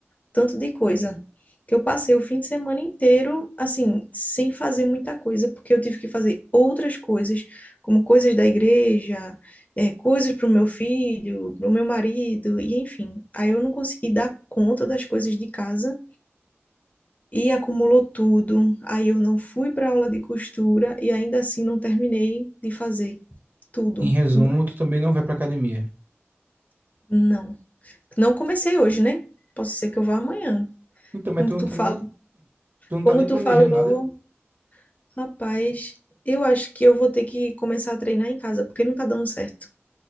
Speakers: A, on the left (about 35°); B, on the right (about 45°).
A: tanto de coisa, que eu passei o fim de semana inteiro, assim, sem fazer muita coisa, porque eu tive que fazer outras coisas, como coisas da igreja, eh, coisas para o meu filho, para o meu marido, e enfim. Aí eu não consegui dar conta das coisas de casa. E acumulou tudo. Aí eu não fui para aula de costura e ainda assim não terminei de fazer tudo.
B: Em resumo,
A: Hum,
B: tu também não vai pra academia.
A: Não. Não comecei hoje, né? Posso ser que eu vá amanhã.
B: Então,
A: Como
B: mas tu não
A: tu
B: tá
A: fala,
B: nem, tu não
A: como
B: tá nem
A: tu
B: planejando
A: falou,
B: nada?
A: Rapaz, eu acho que eu vou ter que começar a treinar em casa, porque não tá dando certo.